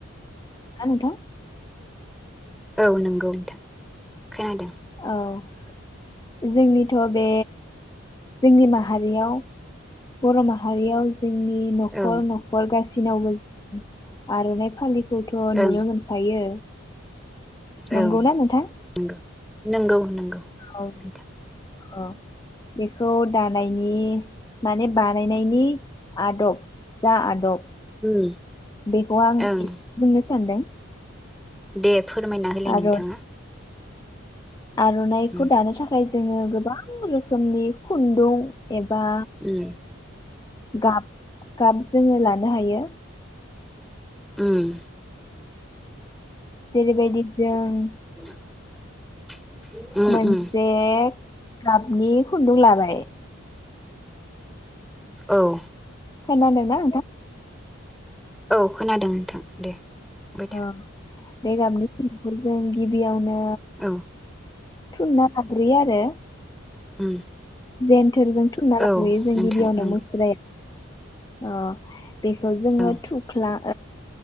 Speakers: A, on the left; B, in the centre.
A: आ नोंथां
B: औ नंगौ नोंथां खोनादों
A: औ जोंनिथ' बे जोंनि माहारियाव बर' माहारियाव जोंनि न'खर
B: औ
A: न'ख गा सिनाव मो आर'नाइ फालि खौथ'
B: ओं
A: नुनो मोनखायो।
B: औ
A: नंगौना नोंथां?
B: नंगौ नंगौ नंगौ
A: औ
B: नोंथां।
A: औ बेखौ दानायनि माने बानायनायनि आदब जा आदब
B: उम
A: बेखौ आं एसे
B: ओं
A: बुंनोसै। सानदों।
B: दे फोरमायना होलाय
A: आरो
B: नोंथाङा।
A: आर'नाइखौ
B: उम
A: दानो थाखाय जोङो गोबां रोखोमनि खुन्दुं एबा
B: उम
A: गाब गाब जोङो लानो हायो।
B: उम
A: जेरैबायदि जों
B: <inaudible> उम
A: मोनसे
B: उम
A: गाबनि खुन्दुं लाबाय
B: औ
A: खोनादों ना नोंथा?
B: औ खोनादों नोंथां दे। बुंबाय था
A: औ बे गाबनि फुखौ जों गिबियावनो
B: औ
A: थुनना लााग्रोयो आरो
B: <inaudible>
A: जेन जेनथोरजों थुनना लाबोयो
B: औ
A: जों
B: नोंथां
A: गिबियावनो
B: नंगौ
A: मुस्राया अ बेखौ जोङो
B: औ
A: थुख्ला